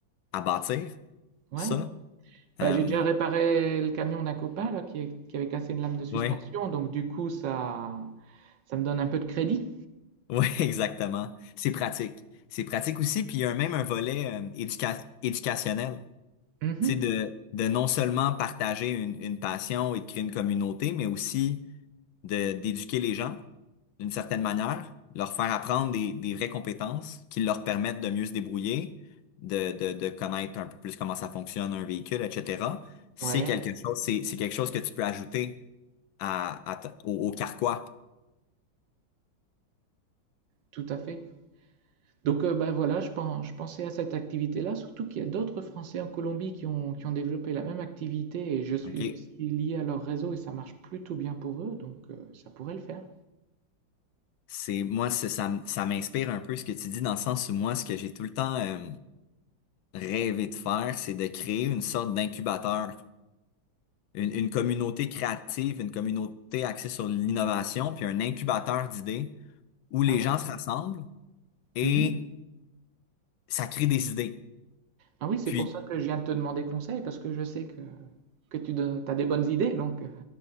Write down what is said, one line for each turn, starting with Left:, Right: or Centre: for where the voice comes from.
Left: à bâtir
Right: Ouais,
Left: ça.
Right: ouais. Bah,
Left: Euh,
Right: j'ai déjà réparé le camion d'un copain là, qui, est- qui avait cassé une lame de suspension,
Left: ouais,
Right: donc du coup ça, ça me donne un peu de crédit.
Left: ouais, <laughs> exactement. C'est pratique. C'est pratique aussi. Puis il y a même un volet euh, éduca- éducationnel.
Right: Mhm.
Left: Tu sais, de, de non seulement partager une, une passion et de créer une communauté, mais aussi de d'éduquer les gens d'une certaine manière, leur faire apprendre des, des vraies compétences qui leur permettent de mieux se débrouiller, de, de, de connaître un peu plus comment ça fonctionne un véhicule, etc. C'est
Right: Ouais,
Left: quelque chose, c'est, c'est quelque chose que tu peux ajouter à, à ta- au, au carquois.
Right: tout à fait. Donc, euh, bah, voilà, je pen- je pensais à cette activité-là, surtout qu'il y a d'autres Français en Colombie qui ont, qui ont développé la même activité et je suis
Left: OK?
Right: aussi lié à leur réseau et ça marche plutôt bien pour eux, donc euh, ça pourrait le faire.
Left: C'est moi, c'est- ça, m- ça m'inspire un peu ce que tu dis dans le sens où moi, ce que j'ai tout le temps euh, rêvé de faire, c'est de créer une sorte d'incubateur, une, une communauté créative, une communauté axée sur l'innovation, puis un incubateur d'idées où les
Right: Ah oui?
Left: gens se rassemblent et
Right: Mhm.
Left: ça crée des idées.
Right: Ah oui, c'est
Left: Puis,
Right: pour ça que je viens de te demander conseil parce que je sais que, que tu as des bonnes idées, donc.